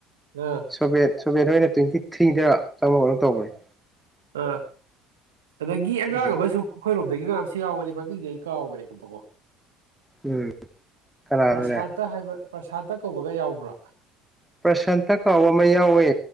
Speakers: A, on the right; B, in the centre.
A: ꯑꯥ
B: ꯁꯨꯕꯦꯠ ꯁꯨꯕꯦꯠ ꯍꯣꯢꯅ ꯇ꯭ꯋꯦꯟꯇꯤ ꯊ꯭ꯔꯤꯗ ꯆꯪꯉꯒ ꯑꯗꯨꯝ ꯇꯧꯕꯅꯦ
A: ꯑ ꯑꯗꯒꯤ ꯑꯉꯥꯡ
B: ꯎꯝ
A: ꯑꯃꯁꯨ ꯑꯩꯈꯣꯏꯔꯣꯝꯗꯒꯤ ꯏ ꯉꯥꯁꯤ ꯌꯥꯎꯈꯅꯤ ꯃꯃꯤꯡꯗꯤ ꯑꯩ ꯀꯥꯎꯈ꯭ꯔꯦ ꯀꯨꯝꯕꯀꯣ
B: ꯎꯝ ꯀꯅꯥꯅꯣꯅꯦ
A: ꯄ꯭ꯔꯁꯥꯟꯇ ꯍꯥꯏꯕ ꯄ꯭ꯔꯁꯥꯟ ꯍꯛ ꯀꯧꯕꯒ ꯌꯥꯎꯕ꯭ꯔꯥ
B: ꯄ꯭ꯔꯁꯥꯟꯇ ꯀꯥꯎꯕ ꯑꯃ ꯌꯥꯎꯋꯦ